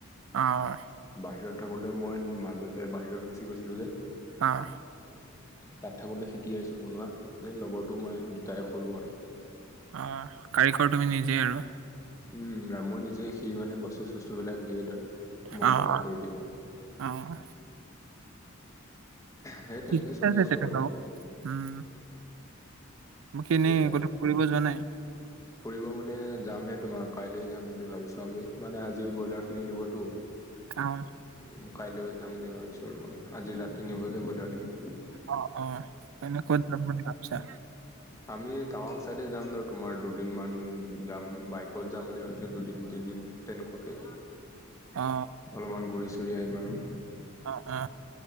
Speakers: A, on the right; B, on the left.
A: অঁ
B: বাহিৰত থাকোতে মই মাজতে বাহিৰত গুচি গৈছিলো যে।
A: অঁ।
B: তাত থাকোতে শিকি আহিছো বনোৱা, এ লগৰটো মই দুটাই খুলিলো আৰু।
A: অঁ কাৰিকৰ তুমি নিজেই আৰু।
B: উম, ৰামৰ নিজে সি মানে বস্তু, চস্তু বিলাক দিয়ে ধৰ। মই
A: অঁ
B: বনাই কৰি দিওঁ
A: অঁ, অঁ
B: সেই
A: ঠিক
B: তেনেকে চলি
A: আছে
B: আছো
A: তেনেহলে
B: আৰু
A: উম, বাকী এনেই
B: সেয়ে।
A: গো ফুৰিব যোৱা নাই?
B: ফুৰিব মানে যামহে তোমাৰ কাইলৈ যাম বুলি ভাবিছো আমি মানে আজি ব্ৰইলাৰখিনি নিবতো।
A: কাৰণ
B: মই কাইলৈ যাম বুলি ভাবিছোঁ আৰু আজি ৰাতি নিবজে ব্ৰইলাৰখিনি।
A: অ', অ' এনে ক'ত যাম বুলি ভাবিছা?
B: আমি টাৱাং চাইডে যাম ধৰ তোমাৰ দু দিনমান যাম বাইকত যাম বুলি ভাবিছো দুদিন, তিনদিন তেনেকুৱাকে।
A: অ
B: অলপমান ঘূৰি- চুৰি আহিম আৰু।
A: অ', অ'।